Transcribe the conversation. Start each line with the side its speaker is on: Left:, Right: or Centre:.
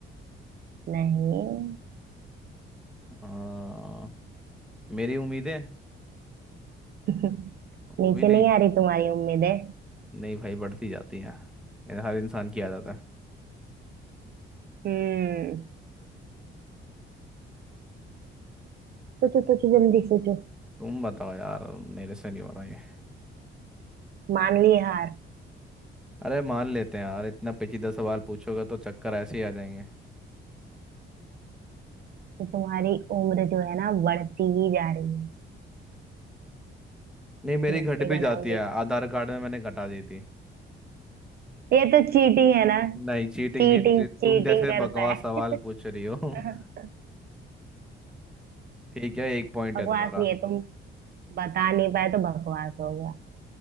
Right: नहीं
Centre: हाँ मेरी उम्मीद है
Right: <laughs> नीचे
Centre: वो भी नहीं
Right: नहीं आ रही तुम्हारी उम्मीद है
Centre: नहीं भाई बढ़ती जाती है ये हर इंसान की आदत है
Right: हम्म सोचो सोचो जल्दी सोचो
Centre: तुम बताओ यार मेरे से नहीं हो रहा ये
Right: मान लिए हार
Centre: अरे मान लेते हैं यार इतना पेचीदा सवाल पूछोगे तो चक्कर ऐसे ही आ जाएंगे
Right: कि तुम्हारी उम्र जो है ना बढ़ती ही जा रही है
Centre: नहीं मेरी
Right: घटने
Centre: घट भी
Right: का
Centre: जाती
Right: नाम नहीं
Centre: है आधार
Right: ले
Centre: कार्ड में मैंने घटा दी थी
Right: ये तो चीटिंग है ना
Centre: नहीं चीटिंग
Right: चीटिंग
Centre: नहीं तु-
Right: चीटिंग
Centre: तुम जैसे
Right: करता
Centre: बकवास
Right: है
Centre: सवाल पूछ रही हो
Right: <laughs>
Centre: <laughs> ठीक है एक पॉइंट
Right: बकवास
Centre: है तुम्हारा
Right: नहीं है तुम बता नहीं पाए तो बकवास हो गया